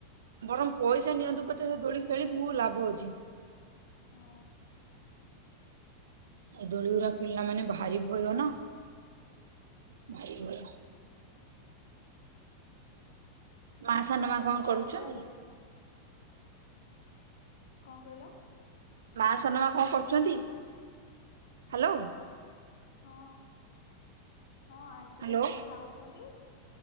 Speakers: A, on the right; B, on the left.
A: ବରଂ ପଇସା ନିଅନ୍ତୁ ପଛେ ସେ ଦୋଳି ଖେଳିବୁ ଲାଭ ଅଛି।
B: ହଁ।
A: ଏ ଦୋଳିଗୁରା ଖେଳିଲା ମାନେ ଭାରି ଭୟ ନା। ଭାଇ ଭୟ। ମା ସାନ ମା
B: ହଁ
A: କଣ
B: ହଉ
A: କରୁଛନ୍ତି?
B: ତାହେଲେ କଁ କହିଲ?
A: ମା ସାନମା କଣ କରୁଛନ୍ତି? ହ୍ୟାଲୋ।
B: ହଁ। ହଁ ଆଣ୍ଟି
A: ହାଲୋ
B: ଏବେ ଖାଉଛନ୍ତି।